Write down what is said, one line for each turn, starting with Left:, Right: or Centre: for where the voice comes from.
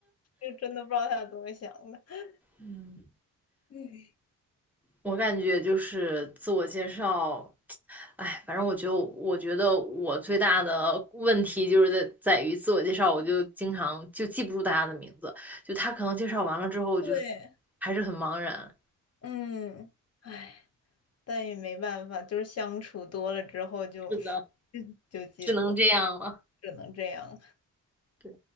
Left: 就真的不知道他怎么想的。<laughs>
Centre: 嗯。
Left: 嗯，
Centre: 我感觉就是自我介绍，哎，反正我觉得，我觉得我最大的问题就是在在于自我介绍，我就经常就记不住大家的名字，就他可能介绍完了之后，就是
Left: 对，
Centre: 还是很茫然。
Left: 嗯，唉。但也没办法，就是相处多了之后就
Centre: 是的，
Left: <laughs> 就记住，
Centre: 只能这样了。
Left: 只能这样。
Centre: 对，